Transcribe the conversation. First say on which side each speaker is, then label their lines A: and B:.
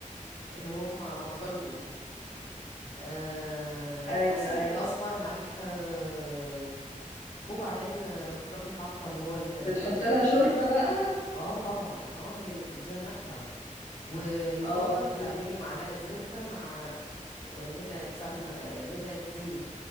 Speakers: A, on the left; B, on the left.
A: اللي هم مطحونين آه
B: ايوه
A: بس فلفل
B: ايوه
A: أسمر ملح آه وبعدين آه، بتروحي حاطة اللي هو ال- الفلفل
B: بتحط لها
A: الأسود
B: شوربة بقى
A: اه طبعا اه هي اللي بتديها نكهة ويفضل
B: اه
A: تعملي معلقة زبدة مع آه، ندعة سمن آه، ندعة زيت